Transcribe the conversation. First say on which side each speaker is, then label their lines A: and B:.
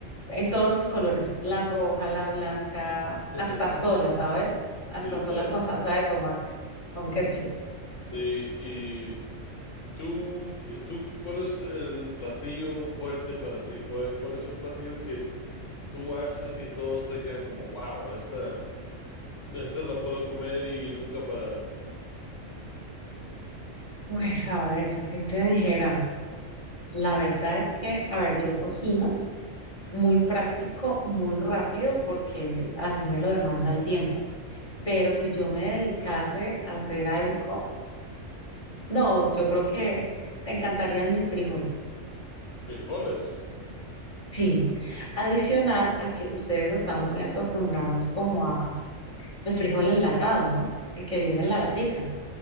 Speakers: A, on the left; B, on the left.
A: en todos sus colores, la roja, la blanca,
B: <laughs>
A: hasta sola, ¿sabes?
B: Sí,
A: Hasta sola
B: claro.
A: con salsa de tomate, con ketchup.
B: Sí, y tú, tú, ¿cuál es el platillo fuerte para ti? ¿Cuál, cuál es un platillo que tú haces y todos se quedan como, wow, esta, esta la puedo comer y nunca parar?
A: Pues a ver, yo qué te dijera. La verdad es que, a ver, yo cocino muy práctico, muy rápido, porque así me lo demanda el tiempo. Pero si yo me dedicase a hacer algo, no, yo creo que te encantarían mis frijoles.
B: Frijoles.
A: Sí, adicional a que ustedes están muy acostumbrados como a El frijol enlatado, ¿no? El que viene en la latica.